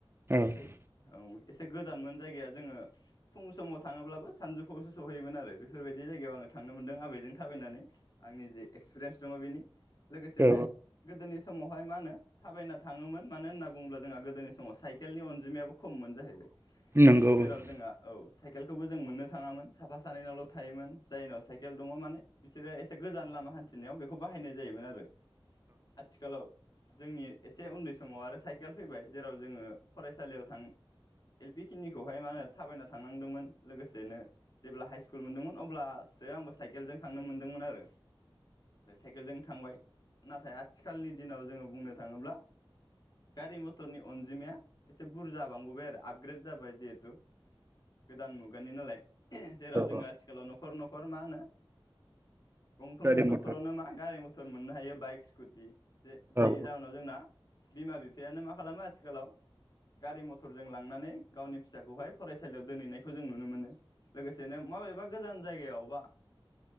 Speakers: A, on the right; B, on the left.
A: औ
B: ओरै औ एसे गोजानमोन जायगाया जोङो फुं समाव थाङोब्लाबो सानजौफुआवसो सहैयोमोन आरो बेफोरबायदि जायगायाव आङो थाङो नो मोनदों आबैजों थाबायनानै आंनि जि एक्सपिरियेन्स दङ बिनि लोगोसेनो
A: औ
B: गोदोनि समावहाय मा होनो थाबायना थाङोमोन मानो होनना बुङोब्ला जोंहा गोदोनि समाव साइकेलनि अनजिमायाबो खममोन जाहैबाय
A: नंगौ औ
B: जेराव जोंहा औ साइकेलखौबो जों मोननो थाङामोन साफा सानैनावल' थायोमोन जायनाव साइेल केल दङ माने बिसोरो एसे गोजान लामा हान्थिनायाव बेखौ बाहायनाय जायोमोन आरो आथिखालाव जोंनि एसे उन्दै समाव आरो साइ केल फैबाय जेराव जोङो फरायसालियाव थां एल पि खिनिखौहाय मा होनो थाबायना थांनांदोंमोन लोगोसेनो जेब्ला हाइ स्कुल मोनदोंमोन अब्ला आंबो साइकेलजों थांनो मोनदोंमोन आरो साइकेलजों थांबाय नाथाय आथिखालनि दिनाव जोङो बुंनो थाङोब्ला गारि मथरनि अनजिमाया एसे बुरजा बांबोबाय आरो आपग्रेड जाबाय जिहेथु गोदान मुगानि नालाय जेराव
A: औ
B: जोङो
A: औ
B: आथिखालाव न'ख खर न मा होनो गंफ्रोमबो
A: गारि
B: न'खरावनो
A: मथर
B: मा गारि मथर सोर मोननो हायो बाइक स्कुटि जे जायनि
A: औ
B: जाहोनाव जोंना बिमा बिफायानो मा खालामो आथिखालाव गारि मथरजों लांनानै गावनि फिसाखौहाय फरायसालियाव दोनहैनायखौ जों नुनो मोनो लोगोसेनो माबेबा गोजान जायगायाव बा